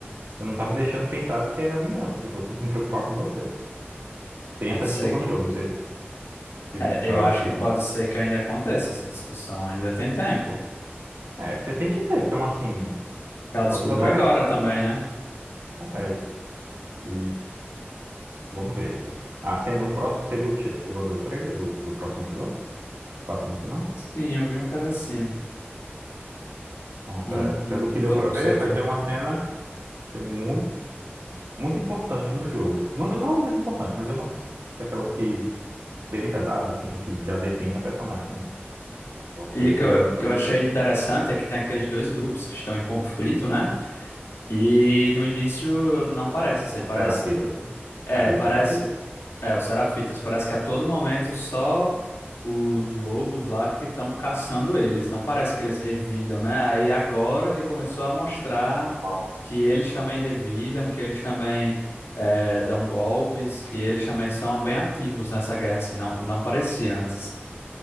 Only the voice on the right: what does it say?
você não tá me deixando pensar do que é a vingança, tipo, eu tenho que me preocupar com você. Tem
essa
discussão no jogo, não sei se, se
eu
acho que.
como-
É, porque tem que ter, porque é uma assim,
tipo,
a pessoa tá
grávida.
É, E vamos ver. A cena, no pró- você viu, che- chegou a ver o trailer do, do próximo episódio? Que passa no final?
Pronto,
é.
Pelo
que deu
pra
ver, vai ter uma cena que é muito, muito importante no jogo, assim. Não, não mais importante, mas é uma daquelas que bem pesada, assim, que já define a personagem também. Vamos
ver
se
já vão fazer
né?
o
Serafita, né?
Aquele
Serafita?
Ó,